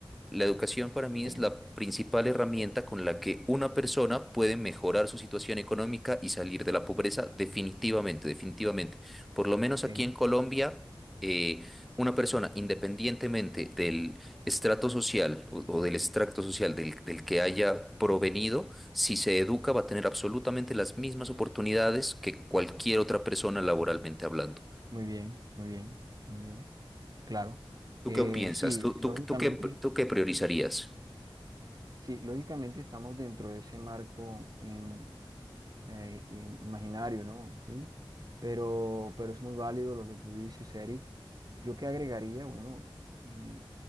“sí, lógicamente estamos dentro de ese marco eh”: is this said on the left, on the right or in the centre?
Right